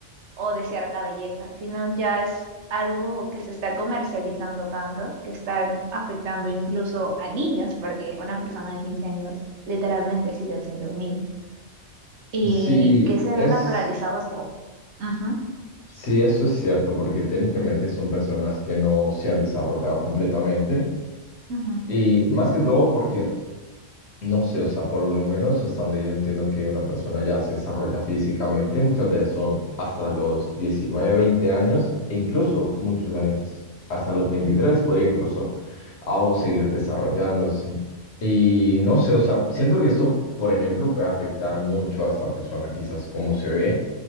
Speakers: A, on the right; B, on the left.
A: o de cierta belleza, sino ya es algo que se está comercializando tanto que está in- afectando incluso a niños, porque una persona de 15 años literalmente sigue siendo un niño. Y
B: Sí,
A: que se vea
B: es,
A: naturalizado es como... ujú,
B: sí, eso es cierto, porque técnicamente son personas que no se han desarrollado completamente.
A: ujú,
B: Y más que todo porque No sé, o sea, por lo menos hasta donde yo entiendo que una persona ya se desarrolla físicamente, muchas veces son hasta los 19 20 años, e incluso muchos años, es- hasta los 23 podría incluso aún seguir desarrollándose. Y no sé, o sea, siento que esto, por ejemplo, puede afectar mucho a esta persona, quizás cómo se ve